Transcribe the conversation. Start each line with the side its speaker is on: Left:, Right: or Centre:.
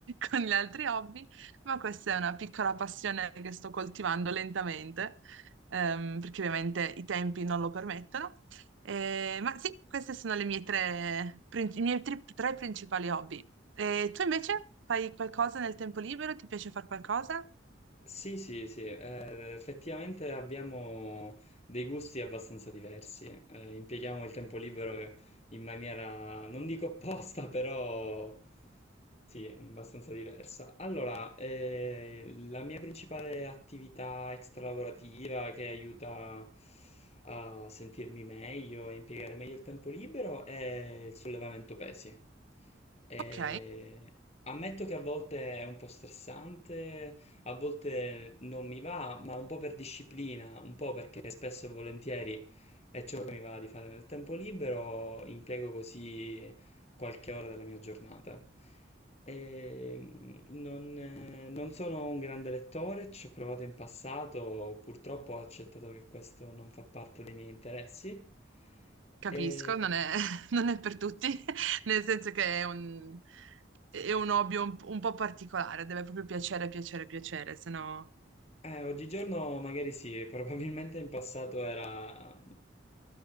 Right: con gli altri hobby, ma questa è una piccola passione che sto coltivando lentamente, ehm, perché ovviamente i tempi non lo permettono. Eh, ma sì, queste sono le mie tre, prin- i miei tri- tre principali hobby. E tu invece fai qualcosa nel tempo libero? Ti piace fare qualcosa?
Left: Sì, sì, sì, eh, effettivamente abbiamo dei gusti abbastanza diversi, eh, impieghiamo il tempo libero in maniera, non dico opposta, <laughs> però sì, abbastanza diversa. Allora, eh, la mia principale attività extralavorativa che aiuta a sentirmi meglio e impiegare meglio il tempo libero è il sollevamento pesi. Eh,
Right: Ok.
Left: ammetto che a volte è un po' stressante a volte non mi va, ma un po' per disciplina, un po' perché spesso e volentieri è ciò che mi va di fare nel tempo libero, impiego così qualche ora della mia giornata. E, mm, non, eh, non sono un grande lettore, ci ho provato in passato, purtroppo ho accettato che questo non fa parte dei miei interessi.
Right: Capisco,
Left: E,
Right: non è, <laughs> non è per tutti, <laughs> nel senso che è un, è un hobby un, un po' particolare, deve proprio piacere, piacere, piacere, se no
Left: Eh, oggigiorno magari sì, <laughs> probabilmente in passato era...